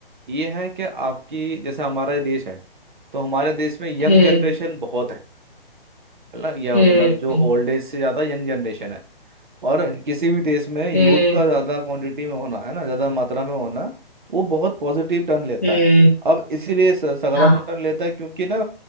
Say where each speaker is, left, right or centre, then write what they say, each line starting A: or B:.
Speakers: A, on the right; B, on the left.
A: ये है कि आपकी जैसे हमारा ये देश है तो हमारे देश में यंग
B: हम्म
A: जनरेशन बहुत है मतलब या
B: हम्म
A: मतलब जो ओल्ड एज से ज़्यादा यंग जनरेशन है और किसी भी देश में यूथ
B: हम्म
A: का ज्यादा क्वांटिटी में होना है ना ज्यादा मात्रा में होना वो बहुत पॉजिटिव टर्न लेता
B: हम्म
A: है अब इसीलिए स- सकारात्मक
B: हाँ
A: टर्न लेता है क्योंकि ना